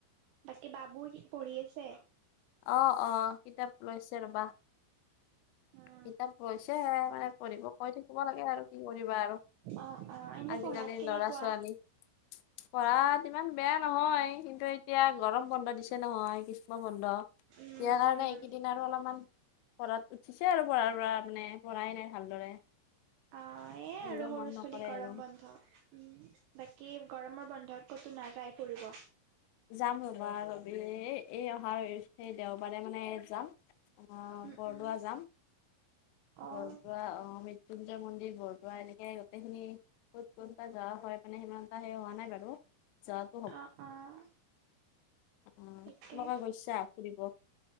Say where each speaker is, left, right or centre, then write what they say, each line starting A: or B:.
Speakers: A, on the right; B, on the left.
A: বাকী বাবু কি পঢ়ি আছে?
B: অ অ কিতাপ লৈছে ৰ'বা
A: উম
B: কিতাপ। হৈছেহে মানে পঢ়িব কৈ থাকিব লাগে আৰু কি কৰিবা আৰু।
A: অ আহ এনে
B: আজিকালি
A: পঢ়াত কেনেকুৱা?
B: ল'ৰা ছোৱালী পঢ়াত ইমান বেয়া নহয়, কিন্তু এতিয়া গৰম বন্ধ দিছে নহয় গ্ৰীষ্ম বন্ধ।
A: উম
B: বিয়াৰ কাৰণে
A: উম
B: এইকেইদিন আৰু অলপমান পঢ়াত উঠিছে আৰু পঢ়াৰ পৰা মানে পঢ়াই নাই ভালদৰে।
A: অঁ এ
B: পঢ়িব
A: আৰু সৰু
B: মন নকৰে
A: ছুলি গৰমত।
B: আৰু
A: ন্ধ উম বাকী গৰমৰ বন্ধত ক'তো নাযাই ফুৰিব।
B: যাম ৰবা ৰবি এই অহাৰ স দেওবাৰে মানে যাম। অ
A: উম,
B: বৰদোৱাৰ
A: উম,
B: যাম।
A: অ',
B: বৰদোৱাৰ আহ মৃত্যুঞ্জয় মন্দিৰ বৰদোৱাৰ এনেকে গোটেইখিনি। ক'ত কোনোবা যোৱা হয় মানে সিমান এটা সেই হোৱা নাই বাৰু যত।
A: অঁ অঁ,
B: অ তোমালোকে
A: তাকে,
B: গৈছা ফুৰিব